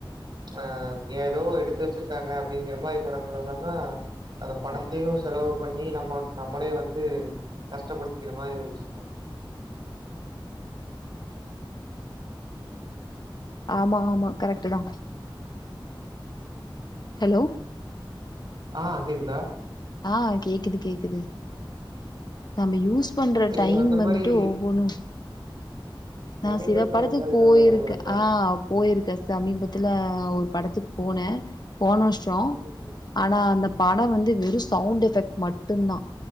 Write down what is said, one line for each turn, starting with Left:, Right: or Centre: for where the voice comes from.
Right: அ ஏதோ எடுத்து வச்ருக்காங்க அப்டிங்ற மாரி படங்கள் எல்லா னா அந்த பணத்தையு செலவு பண்ணி நம்ம நம்மளே வந்து கஷ்டப்படுத்திக்கிற மாரி ஒரு விஷயமா
Left: ஆமா ஆமா கரெக்ட் தா ஹலோ
Right: ஆ கேக்குதா
Left: ஆ கேக்குது கேக்குது நம்ம யூஸ் பண்ற
Right: உங்களுக்கு
Left: டைம்
Right: அந்த
Left: வந்துட்டு
Right: மாரி
Left: ஒவ்வொணு நா
Right: சமீபத்துல
Left: சில படத்து
Right: அந்த மாரி
Left: போயிருக்கே
Right: ஏதாவது அனுபவம் இருக்கா?
Left: ஆ போயிருக்க சமீபத்துல ஒரு படத்துக்கு போனே போன வருஷ ப்ற
Right: ம்.
Left: ஆனா அந்த பட
Right: ம்.
Left: வந்து வெறு சவுண்ட் எஃபெக்ட் மட்டு தா